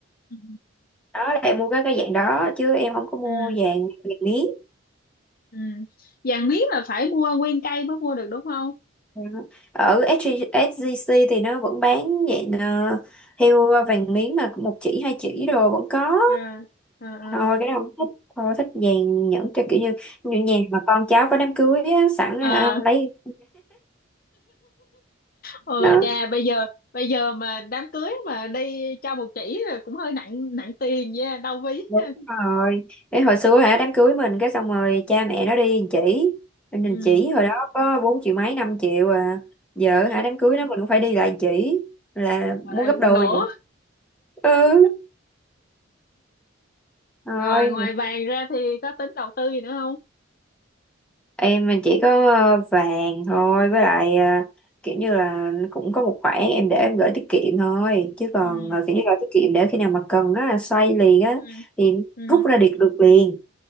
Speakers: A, on the left (about 45°); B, in the centre.
A: Ừ.
B: đó là em mua cái cái dạng đó chứ em không có mua
A: Ừ.
B: vàng vàng miếng
A: Ừ. vàng miếng là phải mua nguyên cây mới mua được đúng không
B: Dạ. Ở SG SGC thì nó vẫn bán dạng ờ, theo vàng miếng mà một chỉ hai chỉ rồi vẫn có
A: à à
B: thôi cái đó không thích thôi thích vàng nhẫn cho kiểu như như nhà mà con cháu có đám cưới á, sẵn
A: à
B: hả, lấy
A: Ờ
B: đó
A: cha bây giờ bây giờ mà đám cưới mà đi cho một chỉ là cũng hơi nặng nặng tiền nha, đau ví
B: đúng
A: ha.
B: rồi cái hồi xưa hả đám cưới mình cái xong rồi cha mẹ nó đi chỉ mình
A: Ừ.
B: chỉ hồi đó có 4 triệu mấy 5 triệu à giờ
A: Ừ.
B: hả đám cưới nó mình cũng phải đi lại chỉ là
A: Ờ,
B: muốn gấp
A: lỗ.
B: đôi rồi ừ rồi
A: Rồi ngoài vàng ra thì có tính đầu tư gì nữa không?
B: em chỉ có ờ, vàng thôi với lại ờ, kiểu như là cũng có một khoản em để em gửi tiết kiệm thôi chứ còn
A: ừ
B: ờ, kiểu như là tiết kiệm để khi nào mà cần á xoay liền á
A: ừ
B: thì
A: ừ
B: rút ra được được liền